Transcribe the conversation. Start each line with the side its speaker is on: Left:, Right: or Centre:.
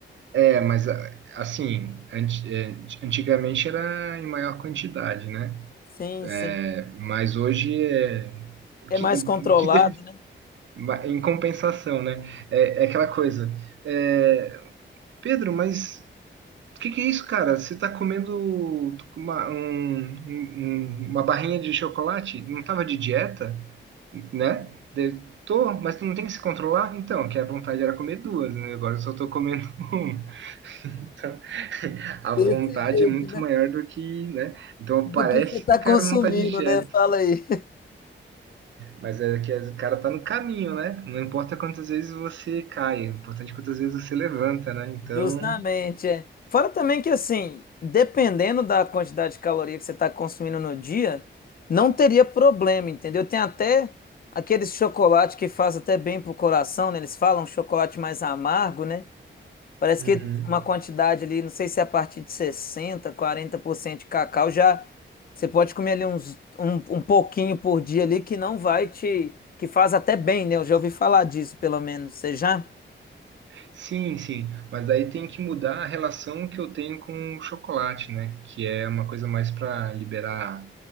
Right: É, mas a- assim, anti- é, antigamente era em maior quantidade, né?
Left: Sim, sim.
Right: É, Mas hoje é.
Left: É
Right: Que,
Left: mais controlado,
Right: que de-
Left: né?
Right: ma- Em compensação, né? É, é aquela coisa. é, Pedro, mas o que que é isso, cara? Você tá comendo uma, um- um- uma barrinha de chocolate? Não tava de dieta? né? Daí, eu, tô, mas tu não tem que se controlar? Então, que a vontade era comer duas, né? Agora eu só tô comendo <laughs> uma. Então, <laughs> a vontade
Left: Desse jeito,
Right: é muito
Left: né?
Right: maior do que, né? Então
Left: Do
Right: parece
Left: que você está
Right: que o
Left: consumindo,
Right: cara não tá de dieta,
Left: né? Fala aí.
Right: mas é que o cara tá no caminho, né? Não importa quantas vezes você cai, é importante quantas vezes você levanta, né? Então,
Left: Justamente, é. Fora também que, assim, dependendo da quantidade de caloria que você está consumindo no dia, não teria problema, entendeu? Tem até aqueles chocolate que faz até bem pro coração, né? Eles falam chocolate mais amargo, né? Parece
Right: Uhum.
Left: que uma quantidade ali, não sei se é a partir de sessenta, quarenta por cento de cacau já você pode comer ali uns, um, um pouquinho por dia ali que não vai te, que faz até bem, né? Eu já ouvi falar disso, pelo menos. Você já?
Right: Sim, sim, mas daí tem que mudar a relação que eu tenho com o chocolate, né? Que é uma coisa mais para liberar